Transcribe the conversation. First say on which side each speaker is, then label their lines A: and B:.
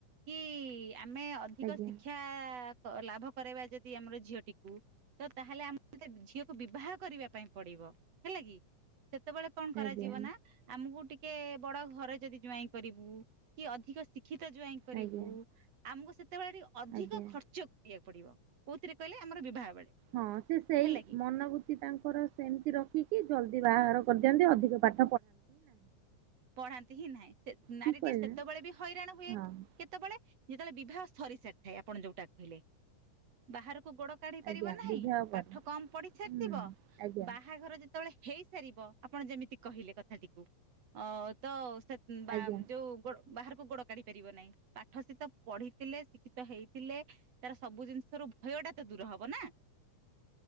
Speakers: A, on the right; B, on the right.
A: କି ଆମେ ଅଧିକ
B: ଆଜ୍ଞା।
A: ଶିକ୍ଷା କ ଲାଭ କରେଇବା ଯଦି ଆମର ଝିଅଟିକୁ। ତ ତାହେଲେ ଆମକୁ ତ ଝିଅକୁ ବିବାହ କରିବା ପାଇଁ ପଡିବ ହେଲା କି। ସେତେବେଳେ କଣ
B: ଆଜ୍ଞା
A: କରାଯିବ ନା। ଆମକୁ ଟିକେ ବଡ ଘରେ ଯଦି ଯୁଆଇଁ କରିବୁ କି ଅଧିକ ଶିକ୍ଷିତ ଜୁଆଇଁ। କରିବୁ
B: ଆଜ୍ଞା
A: ଆମକୁ ସେତେବେଳେ ଟିକେ ଅଧିକ
B: ଆଜ୍ଞା।
A: ଖର୍ଚ୍ଚ। କରିବାକୁ ପଡିବ କୋଉଥିରେ କହିଲେ ଆମର ବିବାହ ବେଳେ।
B: ହଁ ସିଏ ସେଇ
A: ହେଲା କି
B: ମନୋବୃତ୍ତି ତାଙ୍କର ସେମିତି ରଖିକି ଜଲଦି ବାହାର କରିଦିଅନ୍ତି ଅଧିକ ପାଠ୍
A: ପଢାନ୍ତି ହିଁ ନାହିଁ ସେ ନାରୀ
B: ଠିକ
A: ଟିିଏ
B: କହିଲି
A: ସେତେବେଳେ
B: ନା
A: ବି ହଇରାଣ ହୁଏ।
B: ହଁ
A: କେତେବେଳେ ଯେତେବେଳେ ବିବାହ ସରି ସାରିଥାଏ ଆପଣ ଯୋଉଟା କହିଲେ ବାହାରକୁ ଗୋଡ। କାଢି ପାରିବ
B: ଆଜ୍ଞା
A: ନାହିଁ
B: ବିବାହ ପରେ
A: ପାଠ କମ ପଢି ସାରିଥିବ
B: ହୁଁ ଆଜ୍ଞା
A: ବାହାଘର ଯେ ଯେତେବେଳେ ହେଇସାରିବ ଆପଣ ଯେମିତି କହିଲେ କଥାଟିକୁ ଅ ତ ସେ। ବା
B: ଆଜ୍ଞା
A: ମ୍ ଯୋଉ। ଗୋଡ ବାହାରକୁ ଗୋଡ କାଢି ପାରିବ ନାହିଁ ପାଠ ସେତ ପଢିଥିଲେ ଶିକ୍ଷିତ ହେଇଥିଲେ। ତାର ସବୁ ଜିନିଷରୁ ଭୟ ଟା ତ ଦୂର ହବ ନା।